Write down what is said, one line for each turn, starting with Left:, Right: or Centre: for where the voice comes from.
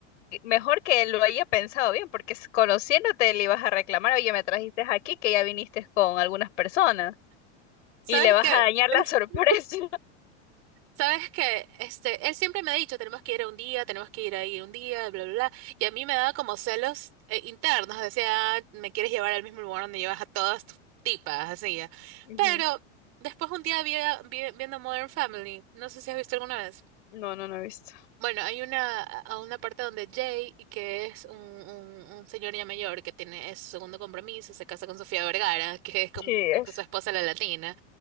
Left: mejor que lo haya pensado bien, porque s- conociéndote le ibas a reclamar, oye, me trajiste aquí, que ya viniste con algunas personas,
Right: ¿Sabes
Left: y le vas
Right: qué?
Left: a dañar la
Right: <laughs>
Left: sorpresa.
Right: ¿Sabes que Este, él siempre me ha dicho, tenemos que ir a un día, tenemos que ir ahí un día, bla, bla, bla. Y a mí me daba como celos eh, internos. Decía, "Ah, me quieres llevar al mismo lugar donde llevas a todas tus tipas, así. ya".
Left: <laughs> Ujú.
Right: Pero después un día vi, vi- viendo Modern Family, no sé si has visto alguna vez.
Left: No, no, no he visto.
Right: Bueno, hay una, a una parte donde Jay, y que es un, un, un señor ya mayor que tiene es su segundo compromiso, se casa con Sofía Vergara, que es como,
Left: Sí,
Right: como
Left: es.
Right: que su esposa la latina,